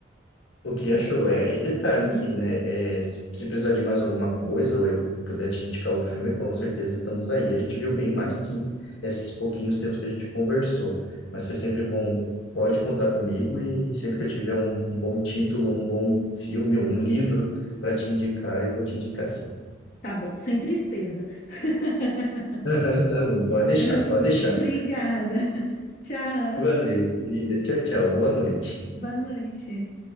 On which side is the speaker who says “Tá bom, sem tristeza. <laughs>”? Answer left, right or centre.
Left